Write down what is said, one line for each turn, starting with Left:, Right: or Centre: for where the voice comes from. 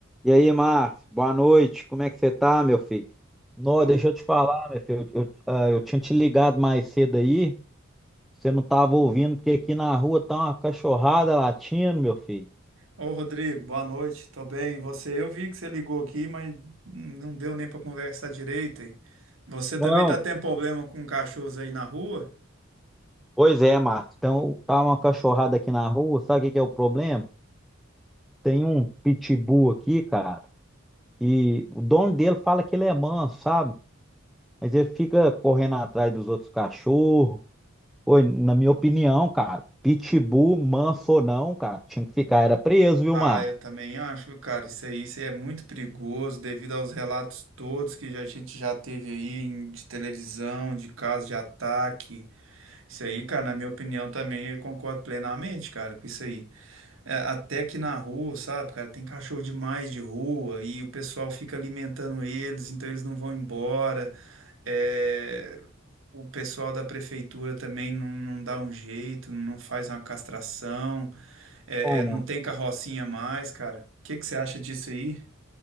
Centre: E aí, Márcio, boa noite. Como é que você tá, meu filho? Não,
Right: Ô,
Centre: deixa eu te falar, meu filho. Eu, eu, ah, eu tinha te ligado mais cedo aí, você não tava ouvindo, porque aqui na rua tá uma cachorrada latindo, meu filho.
Right: ô, Rodrigo, boa noite, tô bem. E Você, eu vi que você ligou aqui, mas não deu nem para conversar direito. hein? Você também
Centre: Não,
Right: tá tendo problema com cachorros aí na rua?
Centre: Pois é, Márcio. Então, tá uma cachorrada aqui na rua, sabe o que que é o problema? Tem um pitbull aqui, cara, que o dono dele fala que ele é manso, sabe? Mas ele fica correndo atrás dos outros cachorros. Oi, na minha opinião, cara, Pitbull, manso ou não, cara, tinha que ficar, era preso, viu, Márcio?
Right: Ah, eu também acho, viu, cara, isso aí, isso aí é muito perigoso devido aos relatos todos que já- a gente já teve aí em- de televisão, de casos de ataque. Isso aí, cara, na minha opinião também, eu concordo plenamente, cara, com isso aí. É, até aqui na rua, sabe, cara, tem cachorro demais de rua e o pessoal fica alimentando eles, então eles não vão embora. É, o pessoal da prefeitura também não, não dá um jeito, não faz uma castração, é,
Centre: Não,
Right: é, não
Centre: não.
Right: tem carrocinha mais, cara. O que que você acha disso aí?